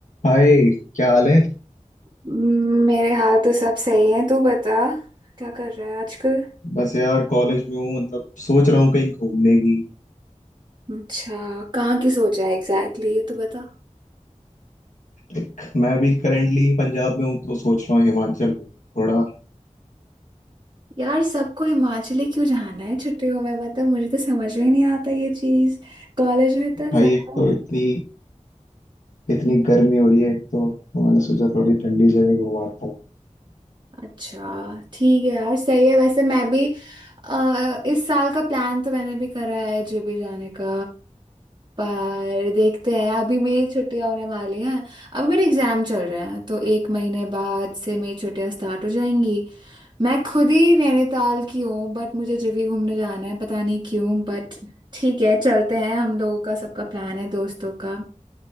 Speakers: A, on the left (about 80°); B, on the right (about 35°).
A: हाय क्या हाल है
B: हम्म, मेरे हाल तो सब सही है तू बता क्या कर रहा है आजकल
A: बस यार कॉलेज में हूँ मतलब सोच रहा हूँ कहीं घूमने की
B: अच्छा कहाँ की सोचा है एग्जैक्टली exactly, ये तो बता
A: एक मैं अभी करेंटली पंजाब में हूँ तो सोच रहा हूँ हिमाचल में थोड़ा
B: यार सबको हिमाचली क्यों जाना है छुट्टियों में मतलब मुझे तो समझ में नहीं आता ये चीज कॉलेज में तो
A: भाई
B: ज्यादा
A: एक तो इतनी इतनी गर्मी हो रही है एक तो तो मैंने सोचा थोड़ी ठंडी जगह घुमाता हूँ
B: अच्छा ठीक है यार सही है वैसे मैं भी अ, इस साल का प्लान तो मैंने भी करा है जेबी जाने का पर देखते हैं अभी मेरी छुट्टियां होने वाली हैं अभी मेरे एग्जाम चल रहे हैं तो एक महीने बाद से मेरी छुट्टियां स्टार्ट हो जाएंगी मैं खुद ही नैनीताल की हूँ बट मुझे जेबी घूमने जाना है पता नहीं क्यों बट ठीक है चलते हैं हम लोगों का सबका प्लान है दोस्तों का